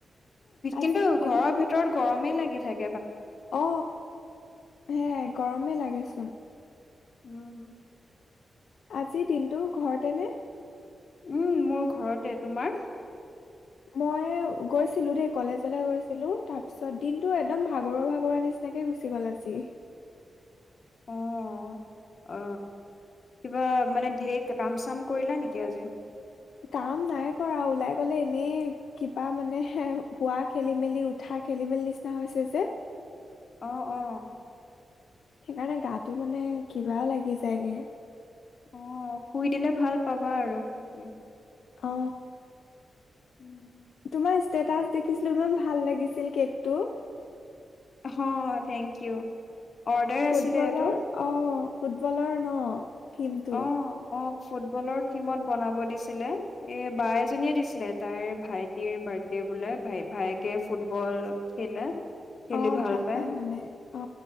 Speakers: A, on the left (about 85°); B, on the left (about 50°).
A: আজি
B: কিন্তু,
A: দিন
B: ঘৰৰ ভিতৰত গৰমেই লাগে শুই থাক।
A: অ, সেয়াই গৰমে লাগেচোন।
B: উম।
A: আজিৰ দিনটো ঘৰতে নে?
B: উম, মই ঘৰতে, তোমাৰ
A: মই গৈছিলো দেই কলেজলৈ গৈছিলো, তাৰ পিছত দিনটো একদম ভাগৰুৱা-ভাগৰুৱা নিচিনাকে গুচি গ'ল আজি।
B: অ-অ, কিবা মানে ঢেৰ কাম-চাম কৰিলা নেকি আজি?
A: কাম নাই কৰা আৰু ওলাই গলে এনেই কিবা মানে শোৱা খেলি-মেলি, উঠা খেলি-মেলি নিচিনা হৈছে যে।
B: অ-অ
A: সেইকাৰণে, গাটো মানে কিবা লাগি যায়গে
B: অ, শুই দিলে ভাল পাবা আৰু এতিয়া
A: অ
B: উম
A: তোমাৰ ষ্টেটাচ দেখিছিলো, ইমান ভাল লাগিছিল কেকটো।
B: অ, থেংক ইউ। অৰ্ডাৰ
A: ফুটবলৰ,
B: আছিলে এইটো
A: অ ফুটবলৰ ন? কিন্তু
B: অ অ ফুটবলৰ থিমত বনাব দিছিলে, এ বা এজনীয়ে দিছিলে, তাইৰ ভাইটিৰ বাৰ্থডে বোলে ভাই-ভায়েকে ফুটবল খেলে। খেলি
A: অহ, ভাল
B: পায়
A: পাই মানে অ,